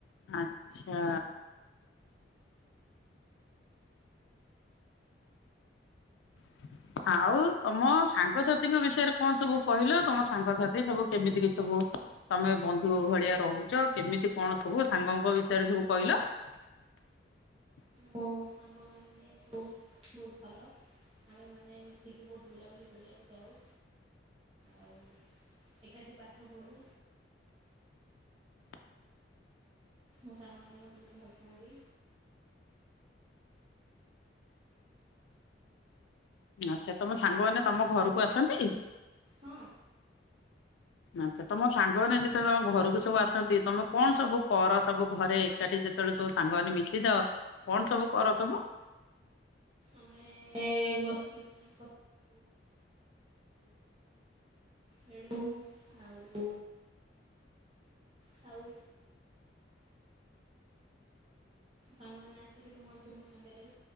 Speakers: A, on the left (about 75°); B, on the right (about 30°).
A: ଆଚ୍ଛା <inaudible> ଆଉ ତମ ସାଙ୍ଗସାଥିଙ୍କ ବିଷୟରେ କଣ ସବୁ କହିଲ, ତମ ସାଙ୍ଗସାଥି ସବୁ କେମିତି କି ସବୁ ତମେ ବନ୍ଧୁ ଭଳିଆ ରହୁଛ, କେମିତି କଣ ସବୁ ସାଙ୍ଗଙ୍କ ବିଷୟରେ ସବୁ କହିଲ? <inaudible>
B: ମୋ ସାଙ୍ଗ ମାନ ସବୁ ବହୁତ ଭଲ। ଆମେ ମାନେ ମିଶିକି ବହୁତ ବୁଲାବୁଲି କରିବାକୁ ଯାଉ। ଆଉ ଏକାଠି ପାଠ ପଢ଼ୁ।
A: <inaudible>
B: ମୋ ସାଙ୍ଗ ମାନ ମତେ ବହୁତେ ଭଲ ପାଆନ୍ତି।
A: ଆଚ୍ଛା ତମ ସାଙ୍ଗମାନେ ତମ ଘରକୁ ଆସନ୍ତି?
B: ହୁଁ।
A: ଆଛା, ତମ ସାଙ୍ଗମାନେ ଯେତବେଳେ ତମ ଘରକୁ ସବୁ ଆସନ୍ତି, ତମେ କଣ ସବୁ କର, ସବୁ ଘରେ ଏକାଠି ଯେତେବେଳେ ସବୁ ସାଙ୍ଗମାନେ ମିଶିଯାଅ, କଣ ସବୁ କର, ସବୁ
B: ଆମେ ବସିକି ହେ ଆଉ ଖାଉ ସାଙ୍ଗମାନେ ଆସିକି ରୁହନ୍ତି ମୋ ସାଙ୍ଗରେ